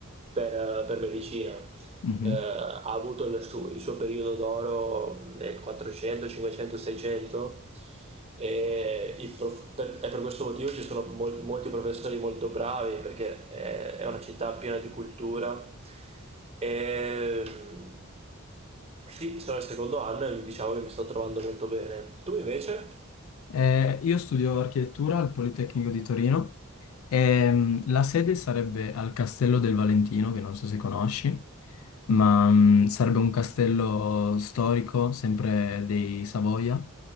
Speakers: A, on the right; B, on the left.
A: per, per medicina,
B: Mhm.
A: eh, ha avuto il suo, il suo periodo d'oro nel 400, 500, 600 e i prof- per, e per questo motivo ci sono mol- molti professori molto bravi perché è, è una città piena di cultura e mm, sì, sono al secondo anno e mi diciamo che mi sto trovando molto bene. Tu invece?
B: Eh, io studio architettura al Politecnico di Torino e mm, la sede sarebbe al Castello del Valentino, che non so se conosci, ma mm, sarebbe un castello storico, sempre dei Savoia,